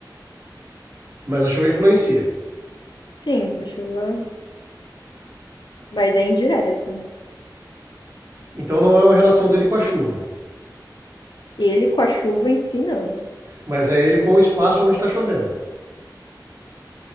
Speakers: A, on the right; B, on the left.
A: mas a chuva influencia.
B: Sim, a chuva, mas é indireta.
A: Então não é uma relação dele com a chuva,
B: Ele com a chuva em si, não.
A: mas é ele com o espaço onde está chovendo.